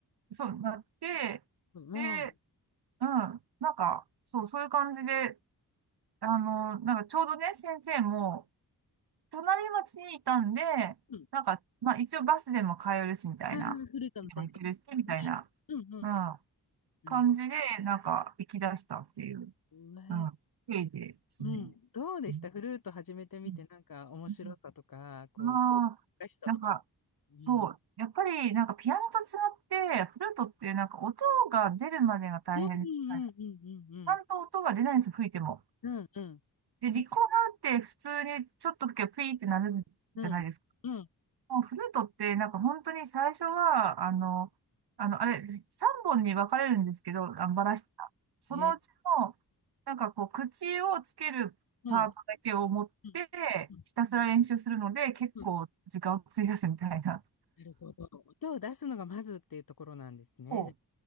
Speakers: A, on the right; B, on the left.
A: そうなって、
B: うん。
A: で、
B: うん。
A: うん、なんか、そう、そういう感じで、あの、なんかちょうどね、先生も、隣町にいたんで、
B: うん。
A: なんか、まあ一応バスでも通えるし、みたいな。
B: フルートの先生。
A: でも行けるし、みたいな、
B: うん。うん。
A: うん、
B: うん。
A: 感じで、なんか行き出したっていう、
B: な
A: うん、経緯ですね。
B: うん。どうでしたフルート始めてみて、
A: うんう
B: なんか面白さとか、
A: ん
B: こう、
A: まあ、
B: 難しさとか。
A: なんか、
B: うん。
A: そう。やっぱり、なんかピアノと違って、フルートってなんか音が出るまでが大変なんです。
B: うんうんうん
A: ちゃんと音が出ないんですよ、吹いても。
B: うんうんうん。うん
A: で、リコーダーって普通にちょっと吹けばピーってなるじゃないですか。
B: うん。うんうん。
A: もうフルートって、なんか本当に最初は、あの、あの、あれ、3本に分かれるんですけど、あバラしてた。そのうちの、
B: え
A: なんかこう、口をつけるパートだけを持って、
B: うんうんうん
A: ひたすら練習するので、結構時間を費やすみたいな。
B: うん。なるほど。音を出すのがまずっていうところなんですね。
A: こう、
B: じゃ